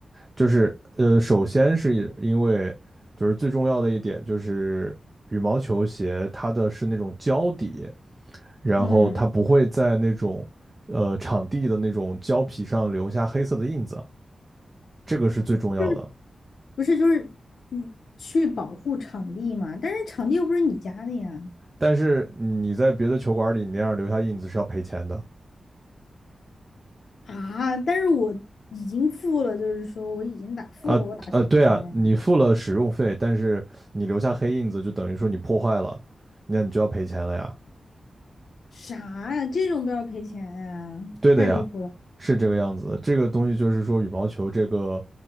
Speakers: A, on the right; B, on the left.
A: 就是呃，首先是因为就是最重要的一点就是羽毛球鞋它的是那种胶底，然后它不会在那种呃场地的那种胶皮上留下黑色的印子，
B: 嗯，
A: 这个是最重要的。
B: 就是不是就是嗯，去保护场地嘛？但是场地又不是你家的呀。
A: 但是你在别的球馆里，你那样留下印子是要赔钱的。
B: 啊，但是我已经付了，就是说我已经打付了我打球的钱呀。
A: 啊呃，对啊，你付了使用费，但是你留下黑印子，就等于说你破坏了，那你就要赔钱了呀。
B: 啥呀？这种都要赔钱呀？
A: 对的呀，
B: 太离谱了。
A: 是这个样子的。这个东西就是说，羽毛球这个